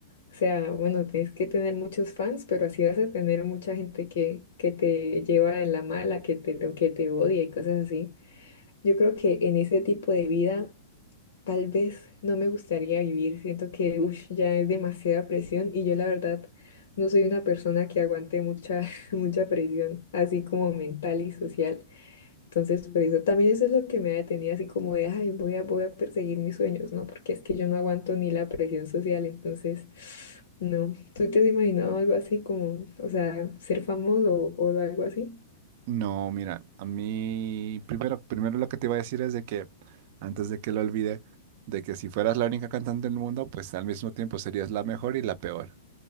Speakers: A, on the left; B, on the right.
A: o sea, bueno, tienes que tener muchos fans, pero así vas a tener mucha gente que, que te lleva en la mala, que te, que te odia y cosas así. Yo creo que en ese tipo de vida Tal vez no me gustaría vivir, siento que ush, ya es demasiada presión y yo la verdad no soy una persona que aguante mucha, <laughs> mucha presión, así como mental y social. Entonces, por eso también eso es lo que me ha detenido, así como de, ay, voy a, voy a perseguir mis sueños, ¿no? Porque es que yo no aguanto ni la presión social, entonces, <sighs> no. ¿Tú te has imaginado algo así como, o sea, ser famoso o, o algo así?
B: No, mira, a mí primero, primero lo que te iba a decir es de que, antes de que lo olvide, de que si fueras la única cantante del mundo, pues al mismo tiempo serías la mejor y la peor,